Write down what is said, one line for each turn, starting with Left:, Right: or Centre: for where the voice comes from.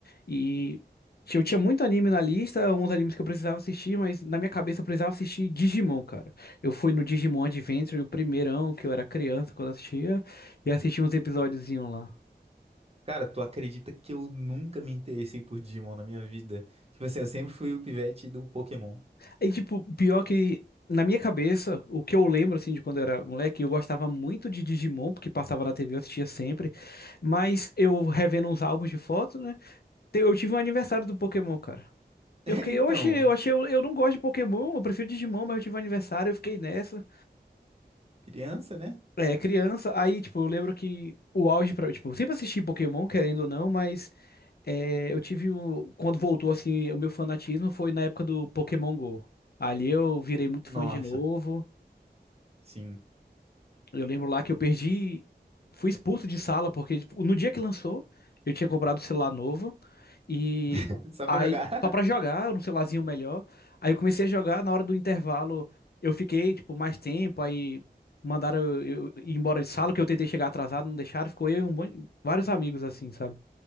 Left: e eu tinha muito anime na lista, uns animes que eu precisava assistir, mas na minha cabeça eu precisava assistir Digimon, cara. Eu fui no Digimon Adventure, o primeirão que eu era criança quando assistia, e assisti uns episódiozinhos lá.
Right: Cara, tu acredita que eu nunca me interessei por Digimon na minha vida? Tipo assim, eu sempre fui o pivete do Pokémon. <laughs>
Left: E, tipo, pior que na minha cabeça, o que eu lembro, assim, de quando eu era moleque, eu gostava muito de Digimon, porque passava na TV, eu assistia sempre. Mas eu revendo uns álbuns de foto, né? te- Eu tive um aniversário do Pokémon, cara. Eu
Right: É,
Left: fiquei,
Right: então,
Left: oxe, eu achei, eu, eu não gosto de Pokémon, eu prefiro Digimon, mas eu tive um aniversário, eu fiquei nessa.
Right: criança, né?
Left: É, criança, aí, tipo, eu lembro que o auge pra, tipo, eu sempre assisti Pokémon, querendo ou não, mas é, eu tive um, quando voltou, assim, o meu fanatismo foi na época do Pokémon Go. Ali eu virei muito
Right: Nossa,
Left: fã de novo.
Right: sim.
Left: Eu lembro lá que eu perdi, fui expulso de sala porque tipo, no dia que lançou, eu tinha comprado o celular novo e
Right: <laughs> Só
Left: aí
Right: pra jogar.
Left: só pra jogar, um celularzinho melhor. Aí eu comecei a jogar, na hora do intervalo, eu fiquei tipo mais tempo, aí mandaram eu, eu ir embora de sala que eu tentei chegar atrasado, não deixaram, ficou eu e um monte, vários amigos assim, sabe?